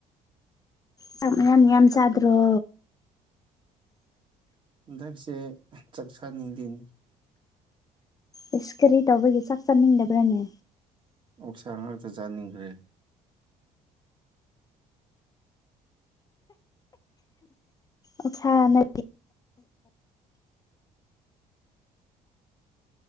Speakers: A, on the left; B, on the right.
A: ꯆ ꯃꯌꯥꯝ ꯌꯥꯝ ꯆꯥꯗ꯭ꯔꯣ
B: ꯍꯟꯗꯛꯁꯦ ꯆꯥꯛ ꯆꯥꯅꯤꯡꯗꯤꯅꯤ
A: ꯑꯦꯁ ꯀꯔꯤ ꯇꯧꯕꯒꯤꯦ ꯆꯥꯛ ꯆꯥꯅꯤꯡꯗꯕ꯭ꯔꯥꯅꯦ
B: ꯑꯣꯁꯥ ꯉꯇ ꯆꯥꯅꯤꯡꯈ꯭ꯔꯦ
A: ꯑꯣꯁꯥꯅ